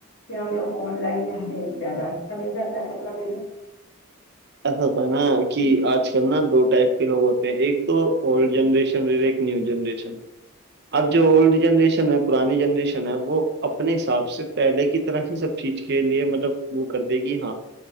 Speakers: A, on the left; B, on the right.
A: کہ ہم لوگ آن لائن ہمیں زیادہ اچھا ل جاتا ہے کبرا کلا
B: ایسا ہوتا ہے نا کہ آج کل نا دو ٹائپ کے لوگ ہوتے ہیں ایک تو اولڈ جنریشن نیو جنریشن اب جو اولڈ جنریشن ہے پرانی جنریشن ہے وہ اپنے حساب سے پہلے کی طرح ہی سب چیز کے لیے مطلب وہ کر دے گی ہاں